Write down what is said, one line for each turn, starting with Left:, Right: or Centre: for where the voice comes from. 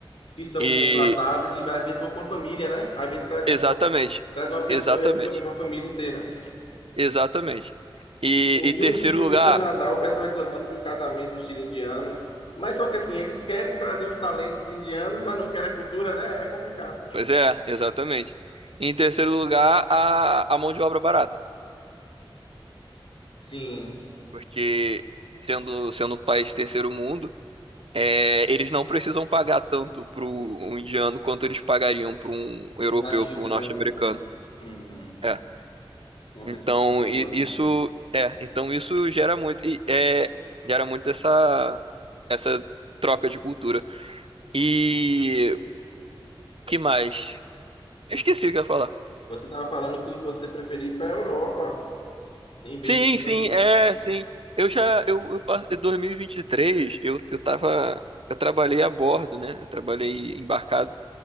Left: que são
Right: E.
Left: contratadas e às vezes vão com a família, né? Às vezes traz
Right: Exatamente.
Left: um traz uma pessoa
Right: Exatamente.
Left: e a pessoa vem com a família inteira.
Right: Exatamente. E,
Left: Eu
Right: e
Left: vi
Right: terceiro
Left: um vídeo
Right: lugar,
Left: do Canadá, o pessoal reclamando de um casamento estilo indiano, mas só que assim, eles querem trazer os talentos indianos, mas não querem a cultura, né? É complicado.
Right: Pois é, exatamente. Em terceiro lugar, a, a mão de obra barata,
Left: Sim,
Right: porque sendo, sendo um país de terceiro mundo, é, eles não precisam pagar tanto para um indiano quanto eles pagariam para um europeu,
Left: um nativo,
Right: para um norte-americano.
Left: né? Um, um-
Right: É.
Left: uma
Right: Então
Left: pessoa que nasceu
Right: i-
Left: ali.
Right: isso é, então isso gera muito e é, gera muito essa essa troca de cultura. E que mais? Eu esqueci o que eu ia falar.
Left: Você estava falando que você preferia ir para a Europa em vez
Right: Sim,
Left: dos Estados
Right: sim,
Left: Unidos.
Right: é, sim. Eu já, eu, eu passei 2023, eu, eu tava, eu trabalhei a bordo, né? Eu trabalhei embarcado